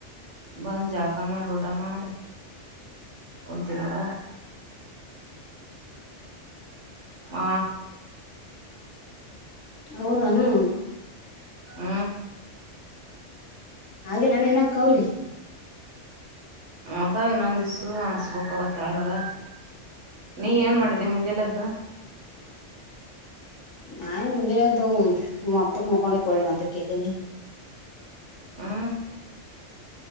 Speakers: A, on the right (about 75°); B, on the left (about 75°).
A: ಬಂದು ಜಳ್ಕ ಮಾಡಿ ಊಟ ಮಾಡಿ ಕುಂತ ನೋಡ ಹ
B: ಹೌದಾ ಹ್ಮ
A: ಹ್ಮ
B: ಹಾಗಿಲ್ಲಾನ ನ ಅವ್ಲಿ
A: ಅದಾವ್ ಇನ್ನೊಂದ್ ದಿಸ್ಸು ಆರ್ಸ್ಬೇಕಕ್ವತ್ತ ತೆಳಗ ನೀ ಏನ್ ಮಾಡಿದಿ ಮುಂಜಾಲೆದ್ದು
B: ನಾಯ ಮುಗ ತ ಮತ್ತ ಕೊಂಡೆ ಕಳ ಹಂತ ಕ ದಿನಿ
A: ಹಾ